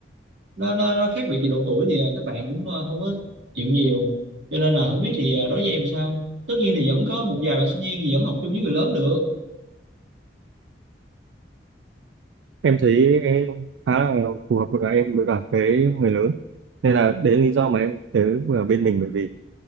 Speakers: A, on the right; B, on the right.
A: nó nó, nó khác biệt về độ tuổi thì ờ, các bạn cũng ờ, không có chịu nhiều cho nên là không biết thì ờ, đối với em sao tất nhiên thì vẫn có một vài bạn sinh viên thì vẫn học chung với người lớn được
B: em thấy khá là phù hợp với em đối cả với người lớn nên là đấy là lý do mà em tới vừa bên mình bởi vì